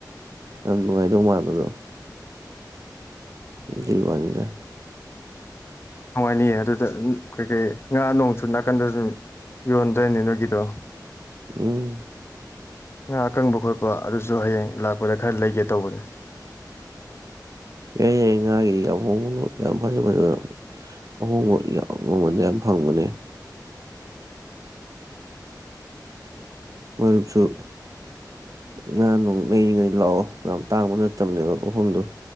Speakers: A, on the right (about 50°); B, on the left (about 35°).
A: ꯌꯝ ꯅꯨꯉꯥꯏ ꯗꯧꯃꯥꯟꯕꯗꯣ ꯗꯨꯏ ꯋꯥꯅꯤꯗ
B: ꯅꯨꯡꯉꯥꯏꯅꯤꯌꯦ ꯑꯗꯨꯗ ꯅ ꯀꯩ ꯀꯩ ꯉꯥ ꯅꯣꯡꯁꯨ ꯅꯥꯀꯟꯗꯖꯨꯟ ꯌꯣꯟꯗ꯭ꯔꯣꯏꯅꯤ ꯅꯣꯏꯒꯤꯗꯣ
A: ꯎꯝ
B: ꯉ ꯑꯀꯪꯕ ꯈꯣꯠꯄ ꯑꯗꯨꯖꯨ ꯍꯌꯦꯡ ꯂꯥꯛꯄꯗ ꯈꯔ ꯂꯩꯒꯦ ꯇꯧꯕꯅꯦ
A: ꯌꯩ ꯌꯥꯏ ꯉꯥꯒꯤꯗꯤ ꯑꯍꯣꯡꯅꯣ ꯌꯥꯝ ꯐꯖ ꯐꯖꯕ ꯑꯍꯣꯡꯕ ꯌꯝ ꯃꯃꯜꯗ ꯌꯥꯝ ꯐꯪꯕꯅꯦ ꯃꯔꯨꯞꯁꯨ ꯉꯥ ꯅꯨꯡ ꯂꯩꯅꯤꯡꯉꯩ ꯂꯥꯛꯑꯣ ꯌꯥꯝ ꯇꯥꯡꯕ ꯅꯠꯇꯝꯅꯦꯕ ꯃꯐꯝꯗꯨ